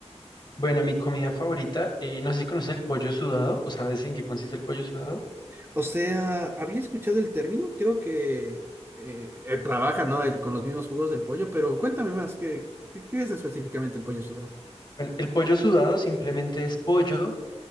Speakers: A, on the left; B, on the right.
A: Bueno, mi comida favorita, eh, no sé si conoces el pollo sudado o sabes en qué consiste el pollo sudado.
B: O sea, había escuchado el término, creo que eh, eh, trabaja, ¿no? El- con los mismos jugos del pollo, pero cuéntame más, ¿qué, qué, qué es específicamente el pollo sudado?
A: Bueno, el pollo sudado simplemente es pollo